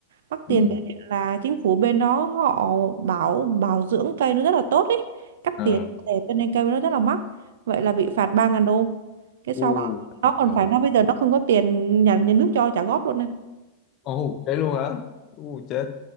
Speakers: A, on the right; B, on the left.
A: mắc
B: ừ,
A: tiền đấy là chính phủ bên đó họ bảo bảo dưỡng cây nó rất là tốt ấy cắt
B: à.
A: tỉa để cho nên cây nó rất là mắc vậy là bị phạt ba ngàn đô cái
B: u
A: xong nó còn
B: trời
A: phải
B: ơi.
A: nó bây giờ nó không có tiền nhà nhà nước cho trả góp luôn này
B: Ồ, thế luôn hả u chết